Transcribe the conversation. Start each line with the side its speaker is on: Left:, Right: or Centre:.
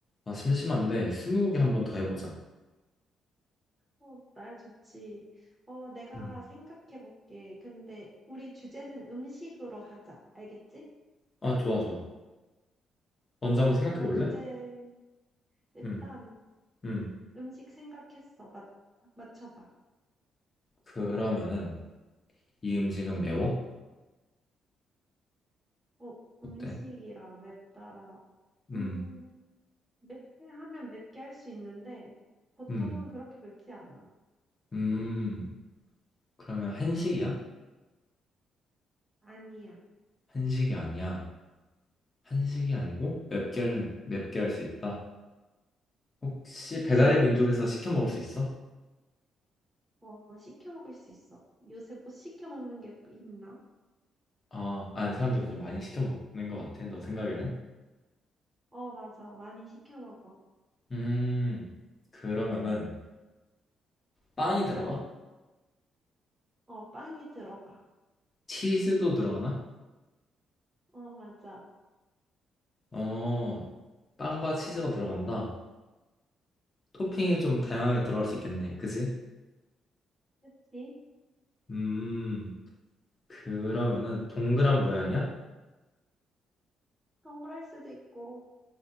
Left: 아, 심심한데 스무고개 한 번 더 해보자.
Right: 어, 나야 좋지. 어, 내가
Left: 음.
Right: 생각해 볼게. 근데 우리 주제는 음식으로 하자. 알겠지?
Left: 아, 좋아, 좋아. 먼저
Right: 어,
Left: 한번 생각해
Right: 나
Left: 볼래?
Right: 주제 일단
Left: 음, 음.
Right: 음식 생각했어. 맞 맞춰봐.
Left: 그러면은 이 음식은 매워?
Right: 어, 음식이라
Left: 어때?
Right: 맵다라.
Left: 음,
Right: 음, 맵게 하면 맵게 할 수 있는데 보통은
Left: 음,
Right: 그렇게 맵지 않아.
Left: 음. 그러면 한식이야?
Right: 아니야.
Left: 한식이 아니야. 한식이 아니고 맵게 하려면 맵게 할 수 있다. 혹시
Right: 그치?
Left: 배달의 민족에서 시켜 먹을 수 있어?
Right: 어, 시켜 먹을 수 있어. 요새 못 시켜 먹는 게 있나?
Left: 아, 아, 사람들이 좀 많이 시켜 먹는 것 같아. 너 생각에는?
Right: 어, 맞아. 많이 시켜 먹어.
Left: 음, 그러면은 빵이 들어가?
Right: 어, 빵이 들어가.
Left: 치즈도 들어가나?
Right: 어, 맞아.
Left: 어, 빵과 치즈가 들어간다. 토핑이 좀 다양하게 들어갈 수 있겠네. 그지?
Right: 그치?
Left: 음, 그러면은 동그란 모양이야?
Right: 동그라스도 있고